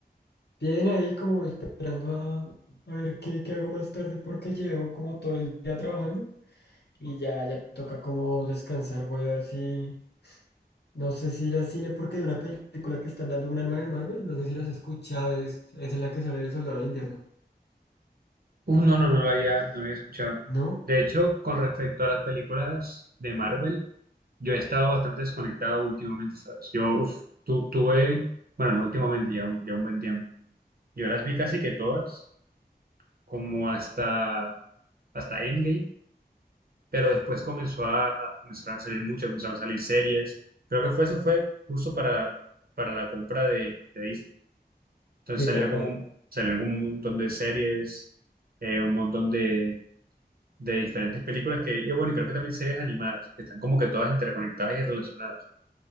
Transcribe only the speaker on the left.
bien ahí como esperando a, a ver qué, qué hago más tarde porque llevo como todo el día trabajando y ya, ya toca como descansar. Voy a ver si, no sé si ir al cine porque hay una película que están dando una nueva de Marvel, no sé si las has escuchado, es, es en la que sale el Soldado del Invierno,
¿no?
Sí,
tal cual.